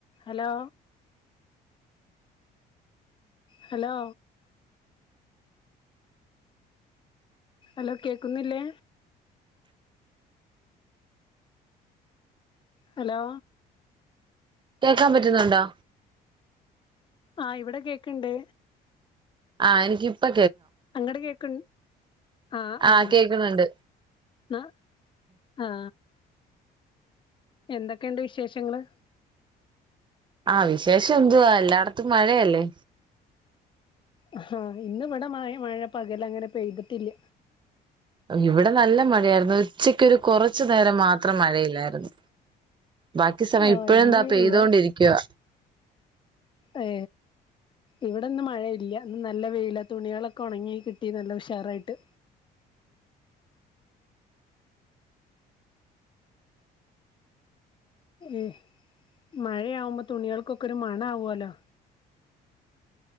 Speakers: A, on the left; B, on the right.
A: Hello hello hello കേക്കുന്നില്ലേ hello
B: കേക്കാൻ പറ്റുന്നുണ്ടോ
A: ആ ഇവിടെ കേക്കണ്ട്
B: ആ എനിക്ക് ഇപ്പൊ
A: അങ്ങട്ട് കേക്ക് ആ ആ
B: ആകേക്കുന്നണ്ട്
A: ന്ന ആ എന്തൊക്കെയുണ്ട് വിശേഷങ്ങള്
B: ആഹ വിശേഷം എന്തുവാ എല്ലായിടത്തും മഴയല്ലേ
A: ആഹ ഇന്ന് ഇവിടെ മഴ മഴ പകലങ്ങനെ പെയ്തിട്ടില്ല
B: ഇവിടെ നല്ല മഴയായിരുന്നു. ഉച്ചക്ക് ഒരു കുറച്ചു നേരം മാത്രം മഴയില്ലായിരുന്നു. ബാക്കി സമയം
A: ആ
B: ഇപ്പോയും
A: ഇന്ന്
B: താ പെയ്തൊണ്ടിരിക്കുവാ
A: ഇവ ഏ ഇവിടെന്ന് മഴയില്ല. നല്ല വെയില തുണികളൊക്കെ ഉണങ്ങി കിട്ടി നല്ല ഉഷാറായിട്ട് ഏ മഴയാവുമ്പോ തുണികൾക്കൊക്കെ ഒരു മണ ആവുല്ലോ